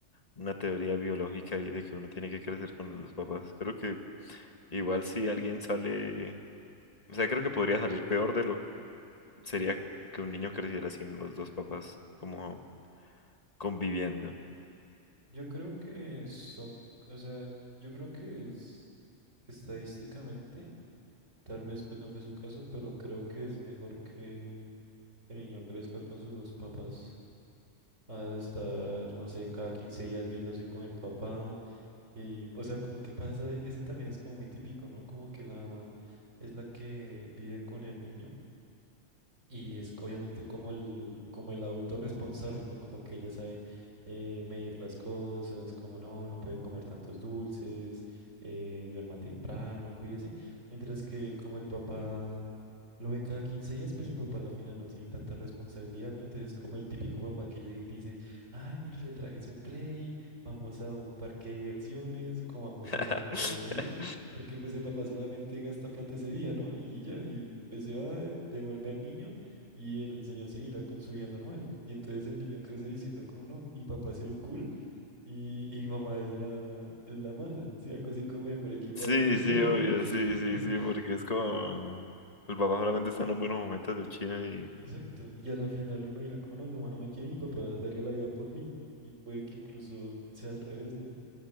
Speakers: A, on the left; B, on the right.
A: una teoría biológica y de que uno tiene que crecer con los dos papás. Creo que igual si alguien sale, o sea, creo que podría salir peor de lo que sería que un niño creciera sin los dos papás como conviviendo.
B: Yo creo que son, o sea, yo creo que es estadísticamente, tal vez pues no fue su caso, pero creo que es mejor que el niño crezca con sus dos papás. A estar, no sé, cada 15 días viéndose con el papá. Y, o sea, como que pasa, eso también es como muy típico, ¿no? Como que la mamá es la que vive con el niño Y es obviamente como el, como el adulto responsable, ¿no? Como que ya sabe eh, medir las cosas, como no, no puede comer tantos dulces, eh, duerma temprano, cuídese. Mientras que como el papá lo ve cada 15 días, pues el papá a la final no tiene tanta responsabilidad, ¿no? Entonces como el típico papá que llega y dice, ay, mire, le traje su play, vamos a un parque de diversiones, comamos
A: <laughs>
B: helado todo el día. Porque pues el papá solamente gasta plata ese día, ¿no? Y ya, y pues se va, devuelve al niño y el señor seguirá con su vida normal. Y entonces el niño crece diciendo como no, mi papá es el cool y, y mi mamá es la, es la mala, ¿sí? Algo así como en Breaking Bad.
A: Sí,
B: <laughs>
A: sí, obvio, sí, sí, sí, porque es como... El papá solamente está en los buenos momentos del chino y...
B: Exacto. Y a la final uno dirá como no, mi mamá no me quiere y mi papá daría la vida por mí. Y puede que incluso sea al revés, ¿no?